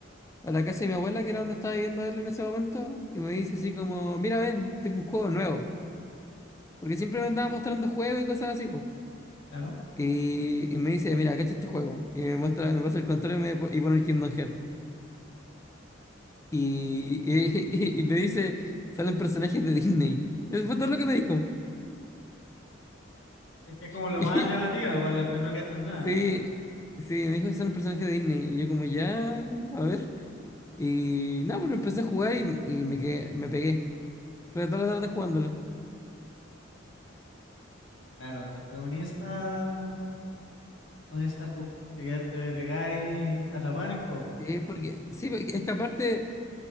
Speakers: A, on the left (about 15°); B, on the left (about 85°).
A: a la casa de mi abuela, que era donde estaba viviendo él en ese momento, y me dice así como, mira, ven, tengo un juego nuevo. Porque siempre me andaba mostrando juegos y cosas así, pues.
B: Claro.
A: Y, y me dice, mira, cacha este juego. Y me muestra, me pasa el control y, me, po- y pone el Kingdom Hearts. Y, y, <laughs> y me dice, salen personajes de Disney. Eso fue todo lo que me dijo.
B: Es que como lo
A: Y-
B: más llamativo, para lo que uno cacha nada,
A: sí,
B: po.
A: sí, me dijo, son un personaje de Disney. Y yo como, ya, a ver. Y nada, pero empecé a jugar y, y me quedé, me pegué. Pero toda la tarde jugándolo.
B: Claro, después un Insta, un Insta hook, te quedas- te pegáis a rapar en el juego.
A: Sí, porque, sí, porque es que aparte,